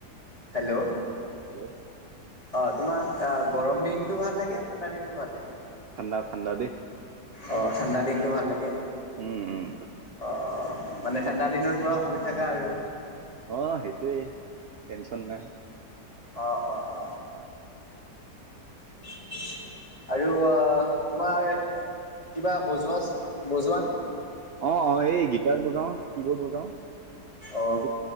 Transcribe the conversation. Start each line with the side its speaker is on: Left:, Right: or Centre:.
Left: হেল্ল'
Right: হেল্ল'
Left: অ তোমাক। গৰম দিনটো ভাল লাগে ঠাণ্ডা দিনটো ভাল লাগে,
Right: ঠাণ্ডা ঠাণ্ডা দি।
Left: অ ঠাণ্ডা দিনটো ভাল লাগে।
Right: উম উম।
Left: অ মানে ঠাণ্ডা দিনৰ পৰা শুই থাকাকা আৰু।
Right: অ সেইটোৱেই টেনচন নাই।
Left: অ অ অ। এ। আৰু তোমাৰ কিবা বজোৱা বজোৱা নে?
Right: অ অ এই গিটাৰ বজাও কি বৰ্ড বজাও।
Left: অ